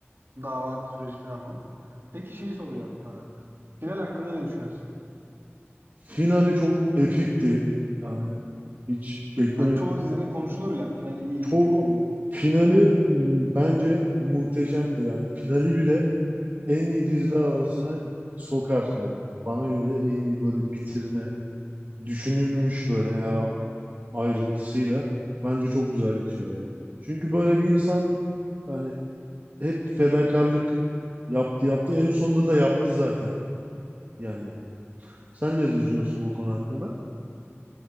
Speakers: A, on the right; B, on the right.
A: Dava süreci falan var. Peki şeyi soracağım sana. Final hakkında ne düşünüyorsun?
B: Finali çok epikti. Yani hiç beklemediğim.
A: Hani çoğu dizinin konuşulur ya finali iyiydi
B: Çoğu
A: kötüydü.
B: finali m, bence muhteşemdi yani. Finali bile en iyi diziler arasına sokar yani. Bana göre en iyi böyle bitirme düşünülmüş böyle her a- ayrıntısıyla bence çok güzel bitiyor ya. Çünkü böyle bir insan yani hep fedakarlık yaptı yaptı en sonunda da yaptı zaten yani. Sen ne diyorsun bu konu hakkında?